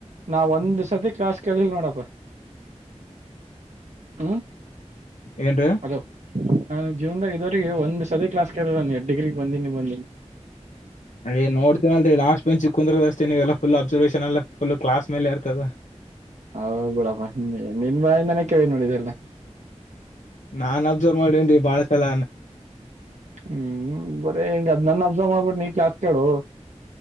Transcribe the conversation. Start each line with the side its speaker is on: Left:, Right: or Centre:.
Right: ನಾವ ಒಂದ್ ಸತಿ ಕ್ಲಾಸ್ ಕೇಳಿಲ್ಲ ನೋಡಪ್ಪ ಹ್ಮ್
Left: ಏನ್ ರಿ
Right: ಅಲೋ ನಾನು ಜೀವನದಾಗ ಇದೋರಿಗೆ ಒಂದ ಸ ಕ್ಲಾಸ್ ಕಾನು ಎರಡ್ ಡಿಗ್ರಿಗೆ ಬಂದೀನಿ ಬಂದೀನಿ
Left: ಏ ನೋಡ್ತೀನ ಅಲ್ರಿ ಲಾಸ್ಟ್ ಬಂಚ್ ಚ ಕುಂದ್ರದ ಅಷ್ಟೇ ನೀವೆಲ್ಲ ಫುಲ್ ಅಬರ್ನ್ ಎ ಫುಲ್ ಕ್ಲಾಸ್ ಇರ್ತದ
Right: ಹೌದು ಬೀಡಪ್ಪ ನೀ ನೀನ್ ಬಾಯಿಂದನೇ ಕೇಳಿ ನೋಡಿದ್ರಲ್ಲ
Left: ನಾನ್ ಅಬ್ಸರ್ವ್ ಮಾಡೇನ್ ಬಾಳ ಚಲ
Right: ಹ್ಮ್ ಬರೇ ಹಿಂಗ ಅದ್ ನನ್ನ ಅಬ್ಸ ಮಾಡ್ಬಿಟ್ಟು ನೀ ಕ್ಲಾಸ್ ಕೇಳು